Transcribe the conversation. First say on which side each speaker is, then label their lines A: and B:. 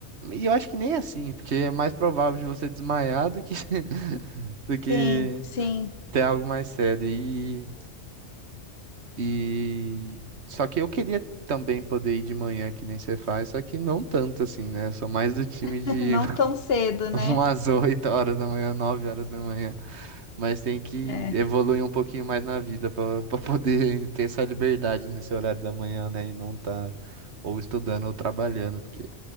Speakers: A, on the right; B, on the left.
A: e eu acho que nem é assim, porque é mais provável de você desmaiar do que, <laughs> do que
B: Sim, sim.
A: ter algo mais sério. E, e... Só que eu queria também poder ir de manhã, que nem você faz, só que não tanto assim, né? Eu sou mais do time
B: <laughs>
A: de
B: Não tão cedo,
A: <laughs>
B: né?
A: umas 8 horas da manhã, 9 horas da manhã. Mas tem que
B: É,
A: evoluir um pouquinho mais na vida para <laughs> poder ter essa liberdade nesse horário da manhã, né? E não tá ou estudando ou trabalhando, porque